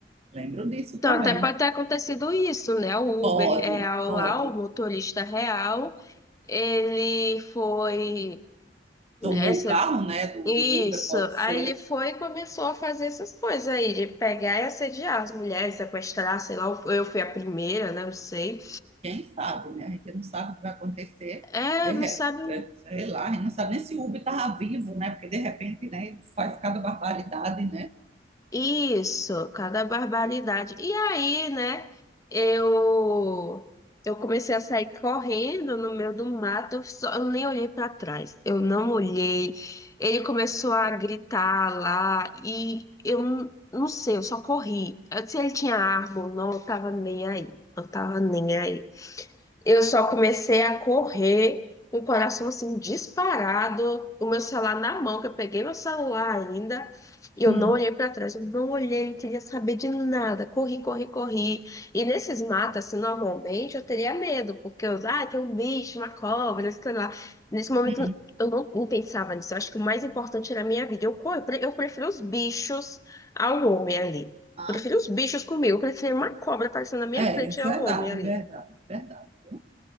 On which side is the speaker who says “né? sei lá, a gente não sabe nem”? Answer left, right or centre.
Right